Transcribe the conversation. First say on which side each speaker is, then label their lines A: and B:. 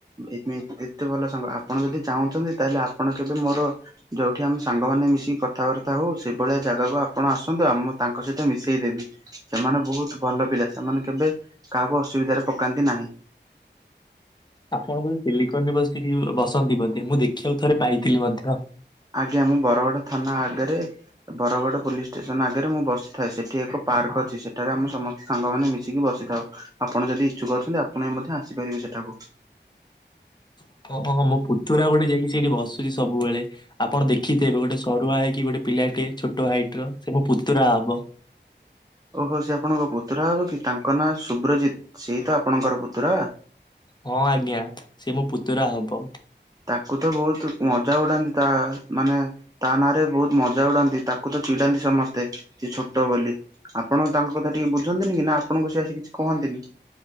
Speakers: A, on the right; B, on the left.
A: ଏବେ ଏତେ ଭଲ ସାଙ୍ଗ, ଆପଣ ଯଦି ଚାହୁଁଛନ୍ତି ତାହେଲେ ଆପଣ କେବେ ମୋର ଯୋଉଠି ଆମେ ସାଙ୍ଗମାନେ ମିଶିକି କଥାବାର୍ତ୍ତା ହଉ ସେଭଳିଆ ଜାଗାକୁ ଆପଣ ଆସନ୍ତୁ, ଆମ ତାଙ୍କ ସହିତ ମିଶେଇ ଦେବି। ସେମାନେ ବହୁତ ଭଲ ପିଲା, ସେମାନେ କେବେ କାହାକୁ ଅସୁବିଧାରେ ପକାନ୍ତି ନାହିଁ।
B: ଆପଣ ବୋଧେ ସିଲିକନ ରେ ବସିକି ବସନ୍ତି ବୋଧେ ମୁଁ ଦେଖିବାକୁ ଥରେ ପାଇଥିଲି ମଧ୍ୟ?
A: ଆଜ୍ଞା ମୁଁ ବରଗଡ ଥାନା ଆଗରେ ବରଗଡ ପୋଲିସ୍ ଷ୍ଟେସନ୍ ଆଗରେ ମୁଁ ବସିଥାଏ। ସେଠି ଏକ ପାର୍କ ଅଛି। ସେଠାରେ ଆମ ସମସ୍ତ ସାଙ୍ଗ ମାନେ ମିଶିକି ବସିଥାଉ। ଆପଣ ଯଦି ଇଚ୍ଛୁକ ଅଛନ୍ତି ଆପଣ ବି ମଧ୍ୟ ଆସିପାରିବେ ସେଠାକୁ।
B: ଓ ହୋ, ହଁ ମୋ ପୁତୁରା ଗୋଟେ ଯାଇକି ସେଇଠି ବସୁଚି ସବୁବେଳେ। ଆପଣ ଦେଖିଥିବେ ଗୋଟେ ସରୁଆ ହେଇକି ଗୋଟେ ପିଲାଟିଏ ଛୋଟ ହାଇଟ୍ ର ସେ ମୋ ପୁତୁରା ହବ।
A: ଓହୋ, ସେ ଆପଣଙ୍କ ପୁତୁରା ହବ କି ତାଙ୍କ ନାଁ ସୁବ୍ରଜିତ୍ ସିଏ ତ ଆପଣଙ୍କର ପୁତୁରା?
B: ହଁ ଆଜ୍ଞା ସିଏ ମୋ ପୁତୁରା ହବ।
A: ତାକୁ ତ ବହୁତ ମଜା ଉଡାନ୍ତି ତା ମାନେ ତା ନାଁ ରେ ବହୁତ ମଜା ଉଡାନ୍ତି, ତାକୁ ତ ଚିଡାନ୍ତି ସମସ୍ତେ ସେ ଛୋଟ ବୋଲି। ଆପଣ ତାଙ୍କ କଥା ଟିକେ ବୁଝନ୍ତିନି କି ନା ଆପଣଙ୍କୁ ସେ ଆସି କିଛି କହନ୍ତିନି?